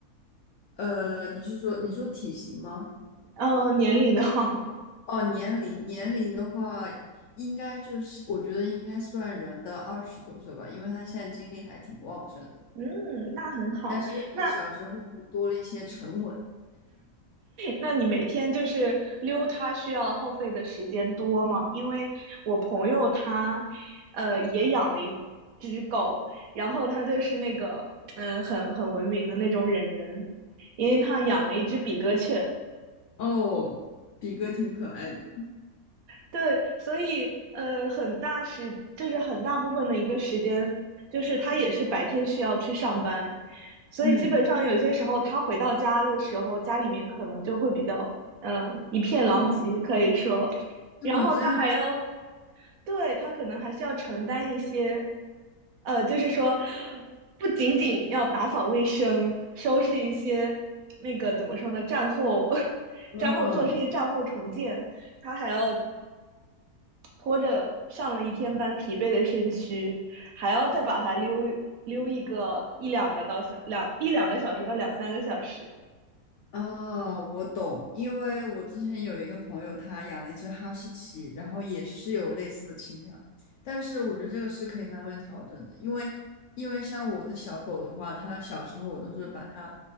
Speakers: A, on the left; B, on the right.
A: 呃，你是说你说体型吗？
B: 呃，年龄的话，
A: 哦，年龄年龄的话，应该就是我觉得应该算人的二十多岁吧，因为他现在精力还挺旺盛的，
B: 嗯，那很好。
A: 但是又比小时候多了一些沉稳。
B: 那那你每天就是溜它需要耗费的时间多吗？因为我朋友他，呃，也养了一只狗，然后他就是那个，嗯、很很文明的那种忍人，因为他养了一只比格犬，
A: 哦，比哥挺可爱的。
B: 对，所以呃，很大时就是很大部分的一个时间，就是他也是白天需要去上班，所以基本上有些时候他回到家的时候，
A: 嗯，
B: 家里面可能就会比较嗯、呃一片狼藉，
A: 哦，
B: 可以说，
A: 是吗？
B: 然后他还要
A: 这样的，
B: 对他可能还是要承担一些呃，就是说不仅仅要打扫卫生，收拾一些那个怎么说呢，战后 <laughs>
A: 嗯。
B: 战后做这些战后重建。他还要拖着上了一天班疲惫的身躯，还要再把它溜溜一个一两个到小两一两个小时到两三个小时。
A: 啊，我懂，因为我之前有一个朋友，他养了一只哈士奇，然后也是有类似的倾向，但是我觉得这个是可以慢慢调整的，因为因为像我的小狗的话，它小时候我都是把它，